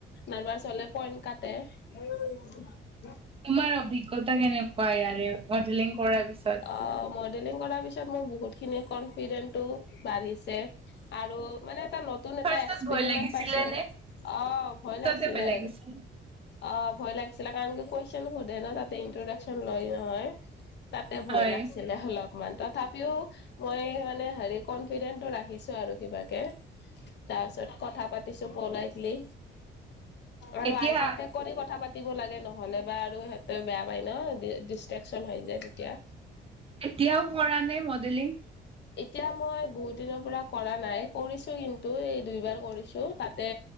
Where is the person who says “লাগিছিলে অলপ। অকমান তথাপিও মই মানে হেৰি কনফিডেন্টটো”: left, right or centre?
Left